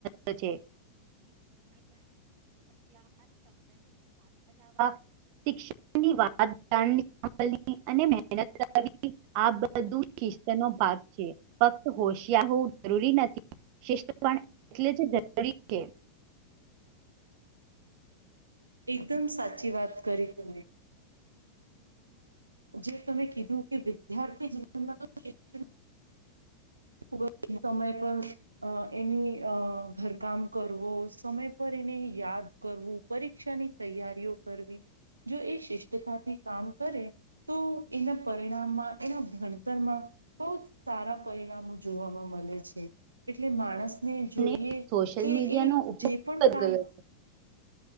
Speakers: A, on the right; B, on the right.
A: મહત્વ છે <unintelligible> <unintelligible> શિક્ષણની વાત જાણવી <unintelligible> મહેનત કર આ બધું શિસ્ત નો ભાગ છે ફક્ત હોશિયાર હોવું જરૂરી નથી શિસ્ત પણ એટલે જે <unintelligible>
B: એકદમ સાચી વાત કરી તમે જે તમે કીધું કે વિદ્યાર્થી જીવનમાં તો ખુબ જ સમય પર અ એની અ ઘરકામ કરવો સમય પર એને યાદ કરવું પરીક્ષાની તૈયારીઓ કરવી જો એ શિષ્ટતા થી કામ કરે તો એના પરિણામમાં એના ભણતરમાં બહુ જ સારા પરિણામો જોવાવામાં મળે છે એટલે માણસ ને જોઈએ
A: અને સોશિયલ
B: કે
A: મીડિયાનો
B: એ
A: ઉપયોગ
B: જે પણ
A: વધી
B: કામ
A: ગયો